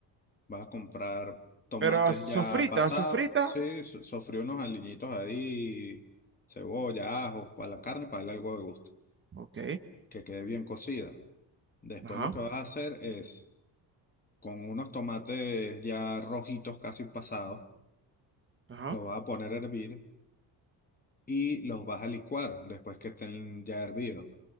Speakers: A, on the left (about 20°); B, on the right (about 25°).
A: Vas a comprar tomates
B: Pero sofrita,
A: ya pasados,
B: sofrita.
A: sí, so- sofrí unos aliñitos ahí, cebolla, ajo, para la carne, para darle algo de gusto,
B: Ok,
A: que quede bien cocida. Después
B: ajá,
A: lo que vas a hacer es, con unos tomates ya rojitos casi pasados,
B: ajá.
A: los vas a poner a hervir y los vas a licuar después que estén ya hervidos.